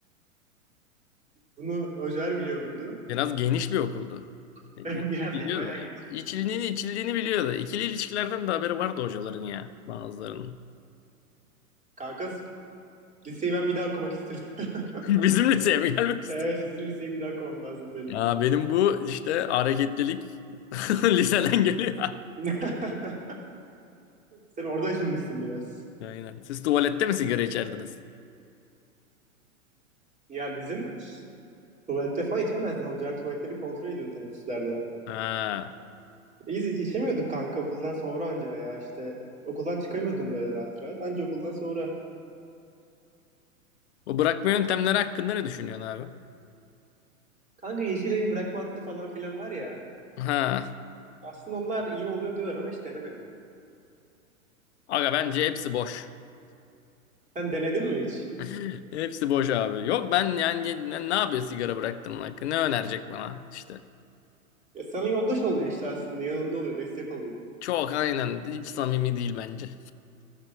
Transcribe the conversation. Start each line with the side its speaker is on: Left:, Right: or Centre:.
Right: Bunu hocalar biliyor muydu?
Left: Biraz geniş bir okuldu.
Right: <laughs>
Left: E, e,
Right: Biraz
Left: Biliyordu.
Right: değil, bayağı geniş
Left: İçiliğini,
Right: okumuş.
Left: içiliğini biliyordu. İkili ilişkilerden de haberi vardı hocaların ya bazılarının.
Right: Kanka liseyi ben bir daha okumak istiyorum. <laughs>
Left: <laughs> Bizim liseye mi gelmek istiyor?
Right: Ee, sizin liseyi bir daha okumam lazım benim.
Left: Ya benim bu işte hareketlilik <laughs> liseden geliyor.
Right: <laughs> Sen orada açılmışsın biraz.
Left: Aynen. Siz tuvalette mi sigara içerdiniz?
Right: Ya bizim Tuvalette falan içemezdin. Hocalar tuvaletleri kontrol ediyor teneffüslerde.
Left: Ha.
Right: Biz hiç içemiyorduk kanka okuldan sonra anca veya işte okuldan çıkamıyordun da öyle rahat rahat. Anca okuldan sonra.
Left: O bırakma yöntemleri hakkında ne düşünüyorsun abi?
Right: Kanka Yeşilay'ın bırakma hattı falan filan var ya.
Left: Ha.
Right: Aslında onlar iyi oluyor diyorlar ama hiç denemedim.
Left: Aga bence hepsi boş.
Right: Sen denedin mi hiç?
Left: <laughs> Hepsi boş abi. Yok ben yani ne, ne yapıyor sigara bıraktığımın hakkı? Ne önerecek bana işte?
Right: Ya sana yoldaş oluyor işte aslında. Yanında oluyor, destek oluyor.
Left: Çok aynen hiç samimi değil bence.